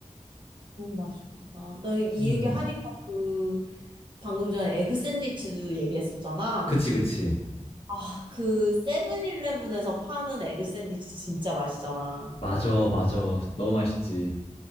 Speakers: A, on the right; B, on the left.
A: 너무 맛있겠다. 나 이
B: 음,
A: 얘기 하니까 그 방금 전에 에그 샌드위치도 얘기했었잖아.
B: 그치, 그치.
A: 아, 그 세븐일레븐에서 파는 에그 샌드위치 진짜 맛있잖아.
B: 맞아, 맞아. 너무 맛있지.